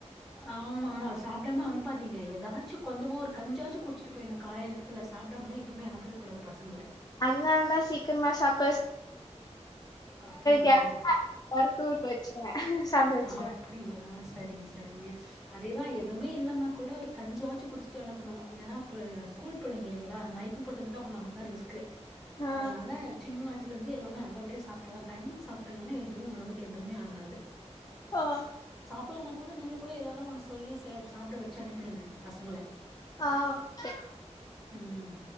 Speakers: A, in the centre; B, on the left.
A: ஆம்மா ம்மா சாப்டாம அனுப் பாதிங்க ஏதாச்சுங் கொஞ்சமா ஒரு கஞ்சாச்சிக் குடிச்சிட்டு பொய்னு காலேய் நேத்துல சாப்டாமல்லா எப்போமே அனுப்பவே கூடாது பஸசங்கள
B: அதனாலதான் சீக்கர்மா சாப்
A: அப்டிங்களா
B: கேப்ல எல்லாருக்கு ஊட்ட வச்சிருவே சாப்ட வச்சிருவே
A: அப்டிங்களா செரிங்க சரிங்க அதேதான் எதுவுமே இல்லன்னா கூட ஒரு கஞ்சாச்சு குடிச்சிட்டு அனுப்பனும் ஏனப்ப ஸ்கூல் பிள்ளைங்க இல்லங்களா மைக்கம் போட்டு வீந்துட்டா அப்புறம் நமக்கு தான் ரிஸ்க் இருக்கு
B: ஆ
A: அதனால சின்ன வயசு ல இருந்து எல்லாமே நல்லபடியா சாப்ட்டா தான் டைமுக்கு சாப்ட்டாங்கன்னா எதுவும் ஒடம்புக்கு எதுவுமே ஆகாது
B: ஆஹ்
A: இப்பல்லன கூட நீங்க கூட எதனா ஒன்னு சொல்லி சே சாப்ட வச்சு அனுப்ப ப்பிடுங்க பசங்கள
B: ஆ ஓகே
A: ஹும்